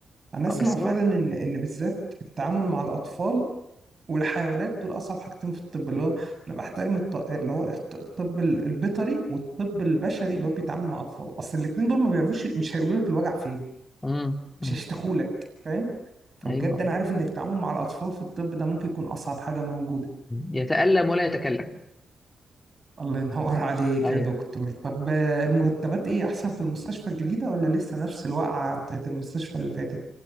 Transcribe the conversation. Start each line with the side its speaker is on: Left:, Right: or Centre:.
Right: أنا أسمع
Left: آه، بس
Right: فعلا
Left: هو
Right: إن إن بالذات التعامل مع الأطفال والحيوانات دول اصعب حاجتين في الطب اللي هو انا بحترم الط... اللي هو الط- الطب ال- البيطري والطب البشري اللي هو بيتعامل مع اطفال اصل الاتنين دول ما بيعرفوش مش هيقولوا لك الوجع فين
Left: امم
Right: مش
Left: أمم،
Right: هيشتكوا لك فاهم فبجد
Left: ايوه
Right: انا عارف ان التعامل مع الاطفال في الطب ده ممكن يكون اصعب حاجه موجوده
Left: يتألم ولا يتكلم
Right: الله ينور <laughs> عليك
Left: ايوه
Right: يا دكتور طب آه، المرتبات ايه احسن في المستشفى الجديده ولا لسه نفس الوقعه بتاعت المستشفى اللي فاتت